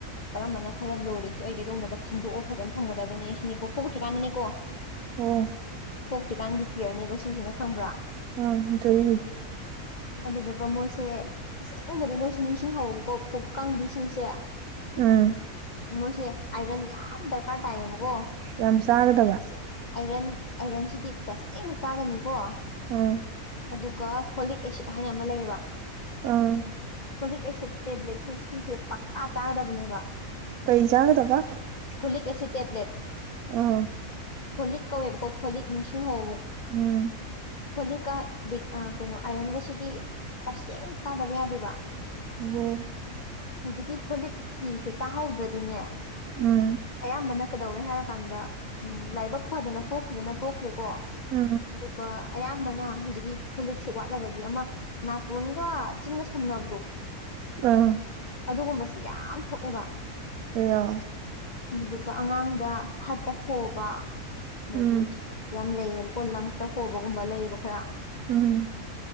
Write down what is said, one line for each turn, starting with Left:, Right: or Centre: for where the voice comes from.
Left: ꯀꯔꯝꯕꯅ ꯈꯔ ꯂꯨꯔꯤꯁꯦ ꯑꯩꯒꯤꯗꯣ ꯈꯟꯗꯣꯛꯑꯣ ꯐꯖꯅ ꯊꯝꯒꯗꯕꯅꯦ ꯁꯤꯅꯤꯀꯣ ꯄꯨꯣꯛꯇ꯭ꯔꯤꯀꯥꯟꯗꯅꯤꯀꯣ
Right: INAUDIBLE
Left: ꯊꯣꯛꯣꯛꯈ꯭ꯔꯤꯀꯥꯟꯒꯤ ꯀꯤꯌꯔꯅꯦꯕ ꯁꯤꯖꯤꯅ ꯈꯪꯕ꯭ꯔꯥ
Right: UNINTELLIGIBLE
Left: ꯑꯗꯨꯗꯨꯒ ꯃꯣꯏꯁꯦ ꯑꯁꯦꯡꯕꯗꯤ ꯅꯣꯏꯁꯨ ꯅꯤꯡꯁꯤꯡꯍꯧꯕꯀꯣ ꯄꯨꯛ ꯀꯪꯕꯤꯁꯤꯡꯁꯦ
Right: ꯎꯝ
Left: ꯃꯣꯏꯁꯦ ꯑꯥꯏꯔꯟ ꯌꯥꯝ ꯗꯔꯀꯥꯔ ꯇꯥꯏꯌꯦꯕꯀꯣ
Right: ꯌꯥꯝ ꯆꯥꯒꯗꯕ
Left: ꯑꯥꯏꯔꯟ ꯑꯥꯏꯔꯟꯁꯤꯗꯤ ꯇꯥꯁꯦꯡꯅ ꯆꯥꯒꯅꯤꯀꯣ
Right: ꯑꯪ
Left: ꯑꯗꯨꯒ ꯐꯣꯂꯤꯛ ꯑꯦꯁꯤꯠ ꯍꯥꯏꯅ ꯑꯃ ꯂꯩꯌꯦꯕ
Right: ꯑꯥꯑꯪ
Left: ꯐꯣꯂꯤꯛ ꯑꯦꯁꯤꯠ ꯇꯦꯕ꯭ꯂꯦꯠꯁꯤꯡꯁꯦ ꯄꯛꯆꯥ- ꯆꯥꯒꯗꯕꯅꯦꯕ
Right: ꯀꯩ ꯆꯥꯒꯗꯕ
Left: ꯐꯣꯂꯤꯛ ꯑꯦꯁꯤꯠ ꯇꯦꯕ꯭ꯂꯦꯠ
Right: ꯎꯝ
Left: ꯐꯣꯂꯤꯛ ꯀꯧꯌꯦꯕꯀꯣ ꯐꯣꯂꯤꯛ ꯅꯤꯡꯁꯤꯡ ꯍꯧ
Right: ꯎꯝ
Left: ꯐꯣꯂꯤꯛꯀ ꯕꯤ ꯑꯥ ꯀꯩꯅꯣ ꯑꯥꯏꯔꯟꯒꯁꯤꯗꯤ ꯇꯥꯁꯦꯡꯅ ꯆꯥꯗꯕ ꯌꯥꯗꯦꯕ
Right: ꯋꯣ
Left: ꯍꯧꯖꯤꯛꯀꯤ ꯐꯣꯂꯤꯛꯀꯤꯖꯦ ꯆꯥꯍꯧꯗ꯭ꯔꯗꯤꯅꯦ
Right: ꯎꯝ
Left: ꯑꯌꯥꯝꯕꯅ ꯀꯩꯗꯧꯋꯦꯔꯦ ꯍꯥꯏꯔꯀꯥꯟꯗ ꯎꯝ ꯂꯥꯏꯕꯛ ꯐꯗꯅ ꯄꯣꯛꯈꯤꯕꯅ ꯄꯣꯛꯈ꯭ꯔꯦꯀꯣ
Right: ꯎꯝ
Left: ꯑꯗꯨꯒꯥ ꯑꯌꯥꯝꯕꯅ ꯍꯧꯖꯤꯛꯀꯤ ꯐꯣꯂꯤꯛꯁꯦ ꯋꯥꯠꯂꯒꯗꯤ ꯑꯃ ꯅꯥꯇꯣꯟꯒ ꯆꯤꯟꯒ ꯁꯝꯅꯕꯗꯣ
Right: INAUDIBLE
Left: ꯗꯨꯒꯨꯝꯕꯁꯤ ꯌꯥꯝ ꯊꯣꯛꯑꯦꯕ
Right: ꯑꯦꯌꯥ
Left: ꯑꯗꯨꯗꯨꯒ ꯑꯉꯥꯡꯗ ꯍꯥꯔꯠꯇ ꯍꯣꯕ ꯑꯗꯩꯒꯤ
Right: ꯎꯝ
Left: ꯌꯥꯝ ꯂꯩꯌꯦꯕ ꯂꯪꯁꯇ ꯍꯣꯕꯒꯨꯝꯕ ꯂꯩꯌꯦꯕ ꯈꯔ
Right: INAUDIBLE